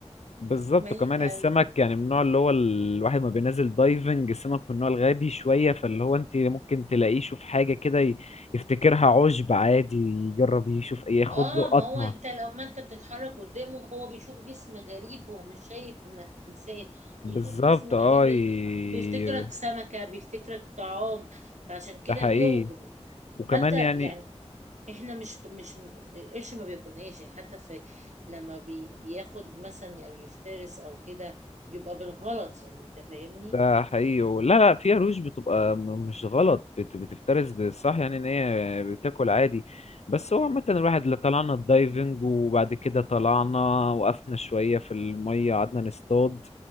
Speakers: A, on the left; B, on the right.
A: بالظبط
B: ميت
A: وكمان السمك
B: قوي
A: يعني من النوع اللي هو الواحد ما بينزل دايفنج السمك من النوع الغبي شوية فاللي هو انت ممكن تلاقيه يشوف حاجة كده ي- يفتكرها عشب عادي يجرب يشوف ياخد
B: اه
A: له قطمة
B: ما هو انت لما انت بتتحرك قدامه هو بيشوف جسم غريب هو مش شايف انك انسان بيشوف
A: بالظبط
B: جسم غريب
A: اه
B: بي-
A: ي-
B: بيفتكرك سمكة بيفتكرك طعام فعشان كده
A: ده حقيقي
B: بيهجم
A: وكمان
B: حتى
A: يعني
B: يعني احنا مش مش القرش ما بياكلناش يعني حتى في لما بي بياخد مثلا او يفترس او كده بيبقى بالغلط يعني انت فاهمني
A: ده حقيقي لا لا في عروش بتبقى م- مش غلط بت- بتفترس بالصح يعني ان هي بتاكل عادي بس هو عامة الواحد اللي طلعنا الدايفنج وبعد كده طلعنا وقفنا شوية في المية قعدنا نصطاد